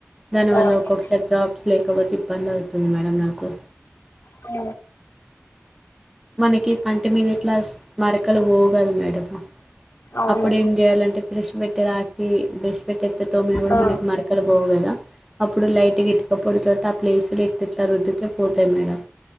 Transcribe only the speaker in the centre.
దానివల్ల
ఒక్కొక్కసారి డ్రాప్స్ లేకపోతే ఇబ్బంది అవుతుంది మేడం నాకు
మనకి పంటి మీదట్లా మరకలు పోగల మేడం
అప్పుడు ఏం చేయాలంటే బ్రెష్ పెట్టే రాకి బ్రెష్ పెట్టే తోమని కూడా
మనకి మరకలు పోవు కదా అప్పుడు లైట్గా ఇటుక ఇప్పడుకట్టి ఆ ప్లేసులు ఎక్తే ఇట్లా రుద్దుతే పోతాయి మేడం